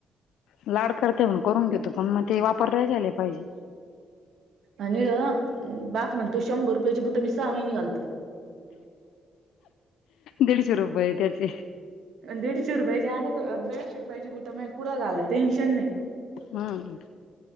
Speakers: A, on the left (about 85°); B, on the right (about 75°).
A: लाड करते म्हण करून घेतो पण मग ते वापर राले पाहिजे.
B: आणिळ बाप म्हणतो शंभर रुपयाची बुटठं मी सहा महिने घालतो.
A: दिडशर बय त्याचे.
B: दीडशे रुपयाची आता दीडशे रुपयाची बुटं म कुं घालाय टेनशन नाही.
A: हम्म